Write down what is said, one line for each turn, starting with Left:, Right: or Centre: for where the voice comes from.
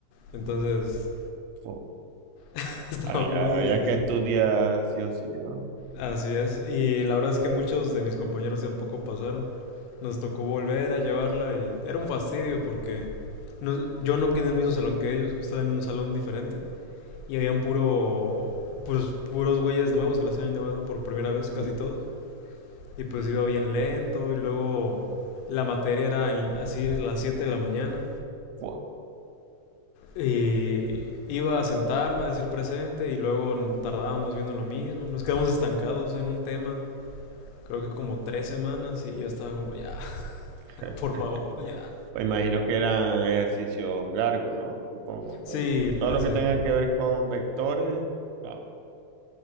Left: entonces
Right: Fua.
Left: <laughs> estaba
Right: Había,
Left: muy difícil.
Right: había que estudiar sí o sí, ¿no?
Left: Así es, y la verdad es que muchos de mis compañeros tampoco pasaron, nos tocó volver a llevarla y era un fastidio porque no- yo no quedé en el mismo salón que ellos, yo estaba en un salón diferente y habían puro, pues, puros güeyes nuevos que les habían llevado por primera vez, casi
Right: Mm,
Left: todos. Y pues iba bien lento y luego la materia era en, así a las 7 de la mañana.
Right: fua.
Left: Y iba a sentarme a decir presente y luego tardábamos viendo lo mismo. Nos quedamos estancados en un tema, creo que como tres semanas y yo estaba como, ya, <laughs>
Right: <laughs>
Left: por favor, ya.
Right: Pues imagino que eran ejercicios largos, ¿no? Supongo. Pues
Left: Sí, les,
Right: todo lo que
Left: les-
Right: tenga que ver con vectores, vamos.